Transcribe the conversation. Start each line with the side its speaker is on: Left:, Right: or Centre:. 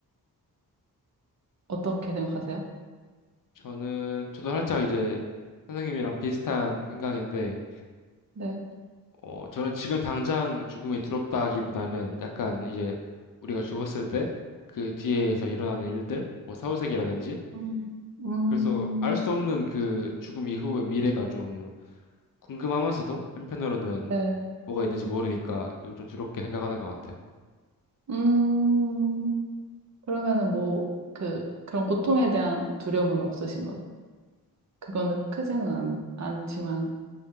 Right: 어떻게 생각하세요?
Left: 저는 저도 살짝 이제 선생님이랑 비슷한 생각인데
Right: 네.
Left: 어, 저는 지금 당장 죽음이 두렵다기보다는 약간 이제 우리가 죽었을 때 그 뒤에서 일어나는 일들, 뭐 사후세계라든지
Right: 음, 음,
Left: 그- 그래서 알 수 없는 그 죽음 이후의 미래가 좀 궁금하면서도 한편으로는
Right: 네.
Left: 뭐가 있는지 모르니까 이걸 좀 두렵게 생각하는 것 같아요.
Right: 음. 그러면은 뭐, 그, 그런 고통에 대한 두려움은 없으신 거예요? 그거는
Left: 어,
Right: 크지는 않, 않지만,